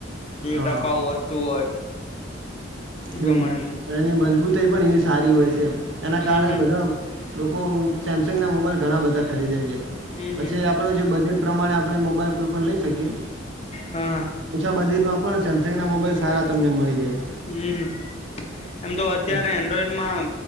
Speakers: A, on the left; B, on the right.
A: ક
B: હા
A: ટકાઉ વસ્તુ હોય. એ
B: હમ
A: પ્રમાણેનું
B: એની મજબૂતાઈ પણ એવી સારી હોય છે એના
A: હમ
B: કારણે
A: હમ
B: બધા
A: હમ
B: લોકો સેમસંગ ના મોબાઈલ ઘણા બધા ખરીદે છે.
A: હમ
B: પછી
A: હમ
B: આપ આપ જે બજેટ પ્રમાણે આપણે મોબાઈલ કોઈ પણ લઈ શકીએ.
A: હા હા
B: ઓછા બજેટમાં પણ ને સેમસંગ ના મોબાઈલ સારા તમને મળી જાય.
A: હમ એમ તો અત્યારે
B: હમ.
A: એન્ડ્રોઈડમાં